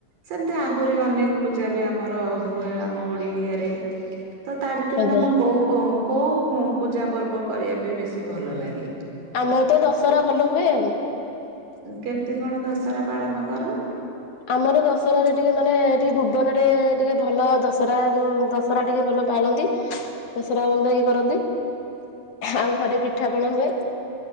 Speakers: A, on the right (about 85°); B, on the left (about 60°).
A: ସେମତି ଆହୁରି ଅନେକ ପୂଜା ବି ଆମର ହୁଏ ଆମ ଓଡ଼ିଆରେ। ତ, ତା ଭିତରୁ
B: ଆଜ୍ଞା
A: ତମକୁ କୋଉ କୋଉଁ କୋଉଁ ପୂଜା ପର୍ବ କରିବା ପାଇଁ ବେଶୀ ଭଲ ଲାଗେ?
B: ଆମର ତ ଦଶହରା ଭଲ ହୁଏ ଆଉଁ।
A: କେମିତି କଣ ଦଶହରା ପାଳନ କର?
B: ଆମର ଦଶହରାରେ ଟିକେ ମାନେ ଏଠି ଭୁବନରେ ଟିକେ ଭଲ ଦଶହରା, ଯୋଉଁ ଦଶ ହରା ଟିକେ ଭଲ ପାଳନ୍ତି। ଦଶରା ଭଲ ଇଏ କରନ୍ତି। ଆହାଁ, ଘରେ ପିଠାପଣା ହୁଏ।